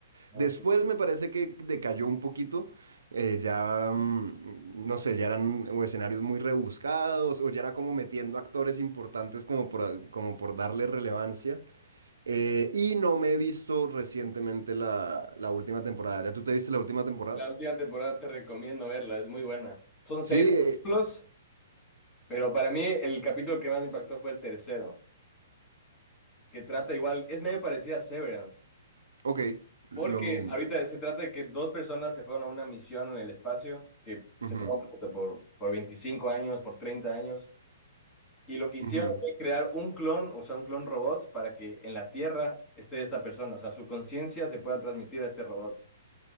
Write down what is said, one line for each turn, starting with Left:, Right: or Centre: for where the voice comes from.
Left: Ah,
Right: Después
Left: sí.
Right: me parece que decayó un poquito. eh, ya, mm, no sé, ya eran o escenarios muy rebuscados o ya era como metiendo actores importantes como por, a- como por darle relevancia. Eh, y no me he visto recientemente la, la última temporada. ¿Ya tú te viste la última temporada?
Left: La última temporada te recomiendo verla, es muy buena. Son
Right: Sí,
Left: seis capítulos,
Right: eh,
Left: pero para mí el capítulo que más me impactó fue el tercero, que trata igual, es medio parecida a Severance.
Right: ok, lo
Left: Porque
Right: mismo.
Left: ahorita se trata de que dos personas se fueron a una misión en el espacio, que se
Right: Ujú,
Left: fueron puta, por, por 25 años, por 30 años, y lo que hicieron
Right: ujú.
Left: fue crear un clon, o sea, un clon robot, para que en la Tierra esté esta persona, o sea, su conciencia se pueda transmitir a este robot.